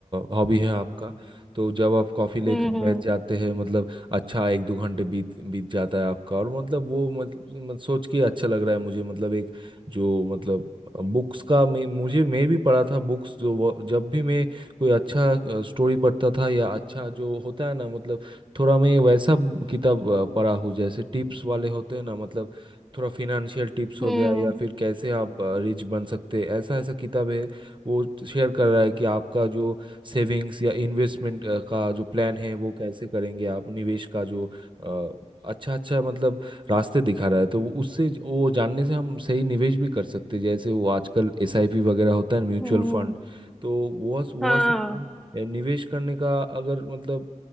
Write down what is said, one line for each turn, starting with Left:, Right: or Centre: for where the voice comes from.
Right: हॉबी है आपका तो जब आप कॉफ़ी लेकर
Centre: हम्म हम्म
Right: बैठ जाते हैं मतलब अच्छा एक दो घंटे बीत बीत जाता है आपका और मतलब वो मतलब मत- सोच के अच्छा लग रहा है मुझे मतलब एक जो मतलब बुक्स का मैं मुझे मैं भी पढ़ा था बुक्स जो वो जब भी मैं कोई अच्छा स्टोरी पढ़ता था या अच्छा जो होता है ना मतलब थोड़ा मैं वैसा किताब अ, पढ़ा हूँ जैसे टिप्स वाले होते हैं ना मतलब थोड़ा फिनेंशियल टिप्स हो
Centre: हम्म
Right: गया या फिर कैसे आप रिच बन सकते हैं ऐसा ऐसा किताब है वो शेयर कर रहा है कि आपका जो सेविंग्स या इन्वेस्टमेंट का जो प्लान है वो कैसे करेंगे आप निवेश का जो अच्छा अच्छा मतलब रास्ते दिखा रहा है तो वो- उससे ज- वो जानने से हम सही निवेश भी कर सकते हैं जैसे वो आजकल एसआईपी वगैरह होता है म्यूचुअल
Centre: हम्म
Right: फंड
Centre: हम्म,
Right: तो वह वह
Centre: हाँ
Right: सब पे निवेश करने का अगर मतलब